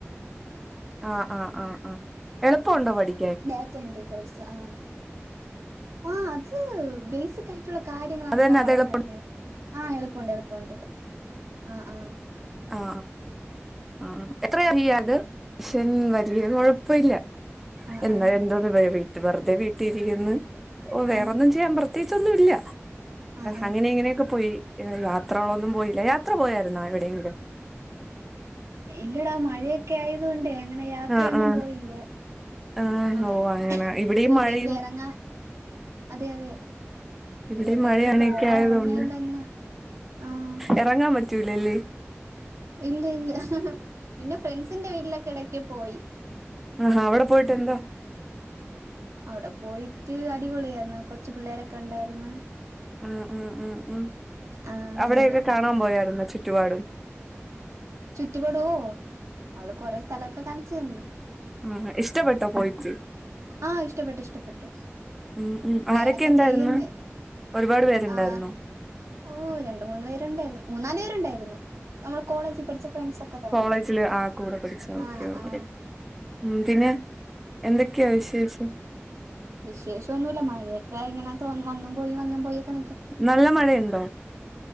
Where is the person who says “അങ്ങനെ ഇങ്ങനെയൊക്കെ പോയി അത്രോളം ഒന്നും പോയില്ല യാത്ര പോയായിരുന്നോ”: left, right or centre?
Centre